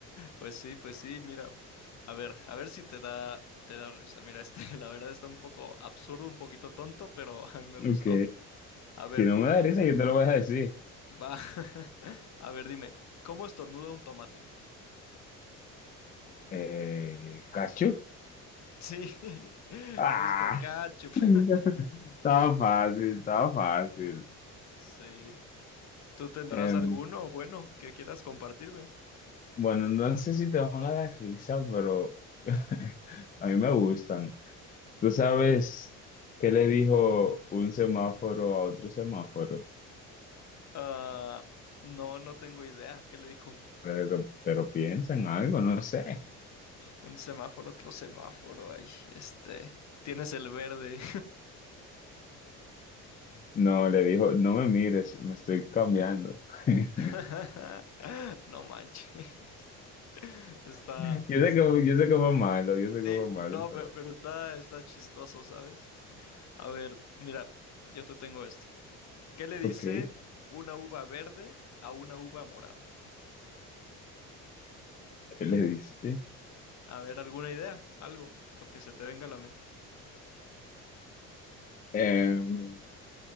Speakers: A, on the left; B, on the left.
A: Pues sí, pues sí, mira, a ver, a ver si te da, te da risa. Mira, este, <laughs> la verdad está un poco absurdo, un poquito tonto, pero <laughs> a mí me gustó.
B: Ok.
A: A ver,
B: Si no me da risa, yo te lo voy a decir.
A: va, <laughs> a ver, dime, ¿cómo estornuda un tomate?
B: Eh, ¿Cachu?
A: Sí, <laughs>
B: Ah,
A: justo, ketchup.
B: <laughs>
A: <laughs>
B: estaba fácil, estaba fácil.
A: Sí. ¿Tú tendrás
B: Em,
A: alguno bueno que quieras compartirme?
B: bueno, no sé si te van a dar risa, pero <laughs> a mí me gustan. ¿Tú sabes qué le dijo un semáforo a otro semáforo?
A: Ah, no, no tengo idea. ¿Qué le dijo?
B: Pero, pero piensa en algo, no sé.
A: Un semáforo, otro semáforo. Ay, este, tienes el verde.
B: No, le dijo, no me mires, me estoy cambiando. <laughs>
A: <laughs> No manches. Está,
B: <laughs> Yo
A: es-
B: sé que, yo sé que fue malo, yo sé
A: sí,
B: que fue malo,
A: no,
B: pero
A: pe- pero está, está chistoso, ¿sabes? A ver, mira, yo te tengo este. ¿Qué le dice
B: ok, ¿qué
A: una uva verde a una uva morada?
B: le dice?
A: A ver, ¿alguna idea? Algo, lo que se te venga a la mente.
B: Em,